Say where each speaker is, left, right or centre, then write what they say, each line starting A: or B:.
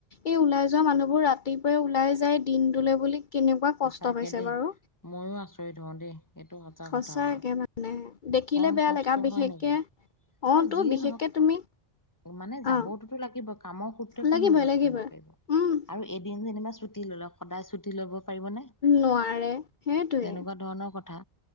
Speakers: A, on the left; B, on the left.
A: এই ওলাই যোৱা মানুহবোৰ ৰাতিপুৱাই ওলাই যায় দিন টোলে বুলি কেনেকুৱা কষ্ট
B: সঁচাকে
A: পাইছে
B: দেই
A: বাৰু।
B: ময়ো আচৰিত হওঁ দেই এইটো সচা
A: সঁচাকে
B: কথা আৰু
A: মানে দেখিলে
B: কম
A: বেয়া
B: কষ্ট
A: লাগে আৰু বিশেষকে
B: হয় নেকি।
A: অ
B: আৰু
A: তো
B: যিয়ে
A: বিশেষকে
B: নহওক
A: তুমি
B: মানে যাবতোতো
A: অ
B: লাগিব। কামৰ সূত্ৰে কোন
A: লাগিবই
B: নোজোৱাকে
A: লাগিবই
B: থাকিব পাৰিব।
A: উম
B: আৰু এদিন যেনিবা ছুটি ললেও সদায় ছুটি ল'ব পাৰিবনে
A: নোৱাৰে সেইটোৱে
B: তেনেকুৱা ধৰণৰ কথা।